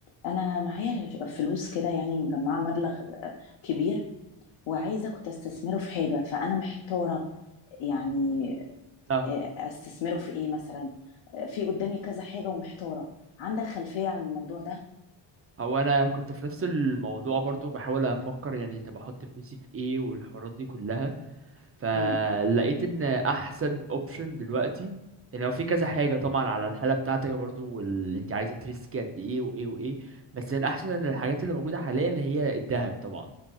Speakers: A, on the left; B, on the right.
A: انا معايا ج- فلوس كده يعني مجمعه مبلغ آه، كبير وعايزه كنت استثمره في حاجه فانا محتاره يعني
B: اه
A: آه، استثمره في ايه مثلا آه، في قدامي كذا حاجه ومحتاره عندك خلفيه عن الموضوع ده
B: هو انا كنت في نفس الموضوع برضو بحاول افكر يعني طب احط فلوسي في ايه والحوارات دي كلها فلقيت
A: امم
B: ان احسن اوبشن دلوقتي يعني هو في كذا حاجه طبعا على الحاله بتاعتك برضو واللي انت عايزه تريسكي قد ايه وايه وايه بس من احسن الحاجات اللي موجوده حاليا اللي هي الذهب طبعا